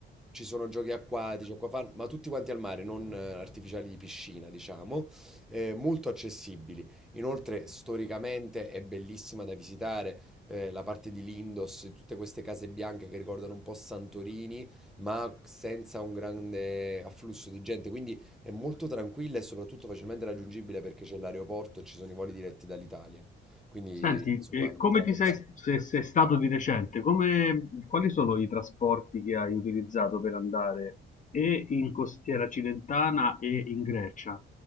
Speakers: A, in the centre; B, on the left.
A: ci sono giochi acquatici, acquafan, ma tutti quanti al mare, non eh, artificiali di piscina, diciamo, eh, molto accessibili. Inoltre, storicamente è bellissima da visitare. eh, la parte di Lindos, tutte queste case bianche che ricordano un po' Santorini, ma senza un grande afflusso di gente, quindi è molto tranquilla e soprattutto facilmente raggiungibile perché c'è l'aeroporto e ci sono i voli diretti dall'Italia. Quindi
B: Senti,
A: insomma
B: eh, come
A: te la
B: ti
A: consiglio.
B: sei, se sei stato di recente, come- quali sono i trasporti che hai utilizzato per andare e in costiera cilentana e in Grecia?